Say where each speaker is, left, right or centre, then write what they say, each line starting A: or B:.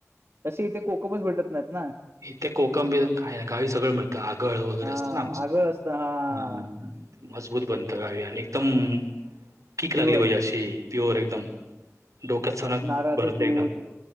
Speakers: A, on the right (about 55°); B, on the right (about 85°).
A: तसे इथे कोकमच भेटत नाहीत ना.
B: इथे कोकम बीजन काय नाही गावी सगळं मिळतं आगळ वगैरे
A: हा
B: असतं ना आमचं.
A: आगळ असतं हा
B: मजबूत बनतं गावी आणि एकदम कीक
A: प्युअर
B: लागली म्हजे अशी प्युअर एकदम डोक्यात सनक
A: नारळाचं
B: भरते
A: दूध.
B: एकदम.